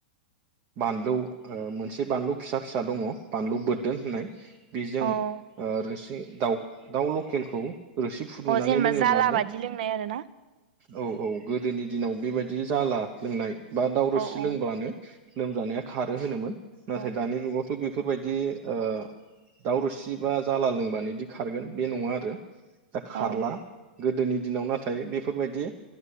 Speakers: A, on the right; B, on the right.
A: बानलु मोनसे बानलु फिसा फिसा दङ बानलु बोददोन होननाय बेजों
B: औ
A: ओ रोसि दाउ दाउ लकेलखौ रोसि फुदुंनानै
B: औ जेनेबा
A: लोङोब्लानो
B: जाला बादि लोंनाय आरो ना
A: औ औ गोदोनि दिनाव बेबायदि जाला लोंनाय बा दावरोसि
B: औ औ
A: लोंब्लानो लोमजानाया खारो होनोमोन नाथाय
B: औ
A: दानि जुगावथ' बे बेफोरबायदि ओ दावरसि बा जाला लोंबानोदि खारगोन बे नङा आरो दा खारला
B: औ
A: गोदोनि दिनाव नाथाय बेफोरबायदि